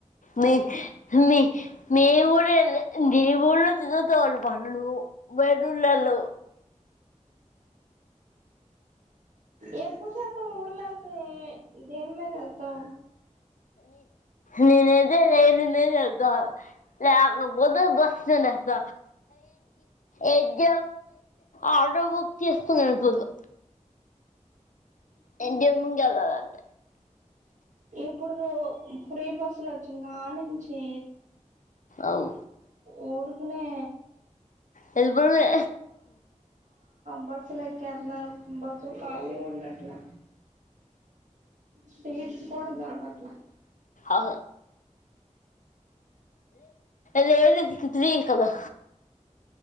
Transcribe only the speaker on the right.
ఎ కుసతో ఊళ్లో దేని మీద వెళ్తాం
ఎప్పుడుద కుర బసులు వచ్చుంద ఆనించే
ఉఊరుకునే
బస్ లోకి అన్నారు బస్లు కాాల ఉండట్లా స్ీడ్స్ పోడం దొరకట్లే